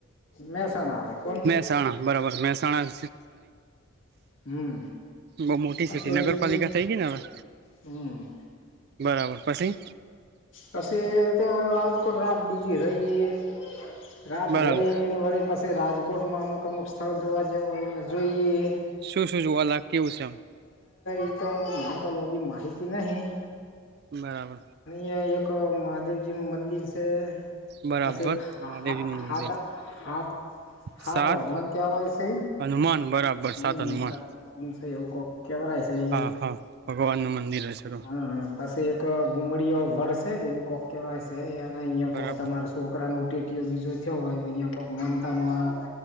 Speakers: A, on the left; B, on the right.
A: મહેસાણા આવે કોણ
B: મહેસાણા બરાબર મહેસાણા
A: હમ.
B: બઉ મોટી
A: પછી
B: સિટી નગરપાલિકા થઈ ગઈ ને હવે
A: હમ
B: બરાબર પછી
A: પછી તો રાજકોટ રાત બીજી રહીએ. રાત
B: બરાબર
A: રહી એને વળી પાછી રાજકોટમાં અમુક અમુક સ્થળ જોવા જેવને જોઈએ.
B: શું શું જોવા અલા કેવું છે એમ?
A: એ તો મને કી માહિતી નહી.
B: બરાબર
A: અહં એક મહાદેવજી નું મંદિર છે.
B: બરાબર
A: પછી એક હા
B: મહાદેવજીનું
A: હા હાથ
B: મંદિર
A: હાથ
B: સાત
A: હા તો હડમન ક્યાં હોય છે
B: હનુમાન બરાબર
A: હમ
B: સાત હનુમાન
A: હ હમન છે એવું ક કેમ છે એ
B: હા હા ભગવાનનું મંદિર હશે તો
A: હમ પછી એક ગુમડી વળસે કે એવું કોક કેવાય છે અહિયાં
B: બરાબર
A: કોક તમારા છોકરાનું રેટીયો બીજો થયો હોય તો અહીંયા કોઈક મનતા મોનો